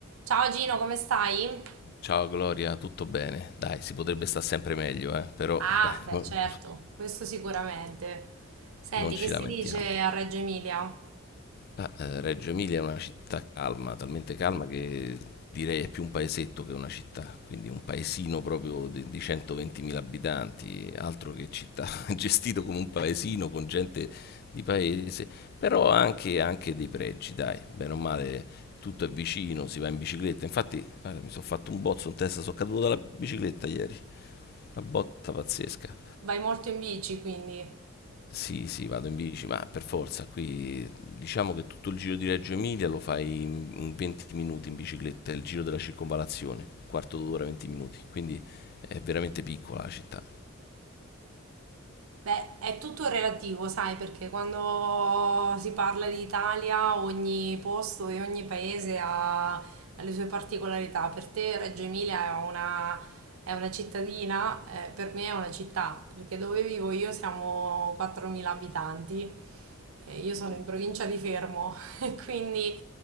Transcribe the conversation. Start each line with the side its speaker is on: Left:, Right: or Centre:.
Right: Ciao Gino, come stai?
Left: Ciao Gloria, tutto bene? Dai, si potrebbe stare sempre meglio, eh? Però
Right: Ah,
Left: dai,
Right: beh,
Left: no-
Right: certo, questo sicuramente. Senti,
Left: non ci
Right: che si
Left: lamentiamo.
Right: dice a Reggio Emilia?
Left: Ah, eh, Reggio Emilia è una città calma, talmente calma che direi è più un paesetto che una città, quindi un paesino proprio di, di 120.000 abitanti, altro che città, <laughs> gestito come un paesino con gente di paese, però ha anche, anche dei pregi, dai, bene o male tutto è vicino, si va in bicicletta, infatti guarda, mi sono fatto un bozzo in testa, sono caduto dalla bicicletta ieri. Una botta pazzesca.
Right: Vai molto in bici, quindi.
Left: Sì, sì, vado in bici, ma per forza, qui diciamo che tutto il giro di Reggio Emilia lo fai in in 20 minuti in bicicletta, è il giro della circonvalazione, quarto d'ora, 20 minuti, quindi è veramente piccola la città.
Right: Beh, è tutto relativo, sai, perché quando si parla di Italia, ogni posto e ogni paese ha, ha le sue particolarità. Per te Reggio Emilia è una, è una cittadina, eh, per me è una città, perché dove vivo io siamo 4.000 abitanti. Eh, Io sono in provincia di Fermo, <laughs> quindi